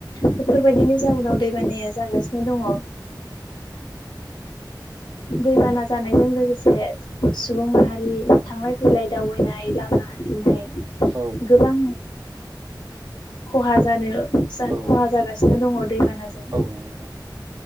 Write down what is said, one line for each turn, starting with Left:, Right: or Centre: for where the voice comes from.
Left: बेफोरबायदिनि जाउनाव दै बानाया जागासिनो दङ दैबाना जानायजों लोगोसे सुबुं माहारि थांलाय फैलाय दावबायनाय लामा हान हान्थिनाय
Right: औ
Left: गोबां खहा जानो
Right: औ
Left: खहा जागासिनो दङ दैबानाजों
Right: औ नोंथां